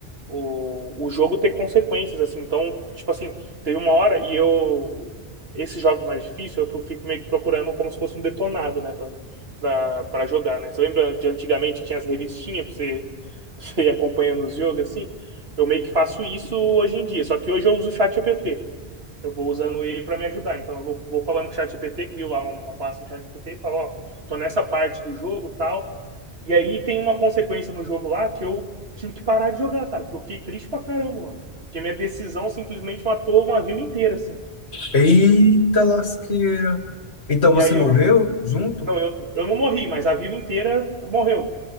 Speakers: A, on the right; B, on the left.
A: o, o jogo ter consequências, assim. Então, tipo assim, teve uma hora e eu. Esses jogos mais difíceis, eu pro- fico meio que procurando como se fosse um detonado, né? Pra, pra, pra jogar, né? Você lembra de antigamente que tinha as revistinhas pra você, <laughs> pra você ir acompanhando os jogos, assim? Eu meio que faço isso hoje em dia. Só que hoje eu uso o ChatGPT. Eu vou usando ele pra me ajudar. Então, eu vou, vou falando com o ChatGPT, crio lá uma pasta no ChatGPT e falo, ó, tô nessa parte do jogo, tal. E aí tem uma consequência no jogo lá que eu tive que parar de jogar, cara, porque eu fiquei triste pra caramba, mano. Porque minha decisão simplesmente matou uma vila inteira, assim.
B: Eita lasqueira. Então
A: E
B: você
A: aí
B: morreu
A: eu.
B: junto?
A: Não, eu, eu não morri, mas a vila inteira morreu.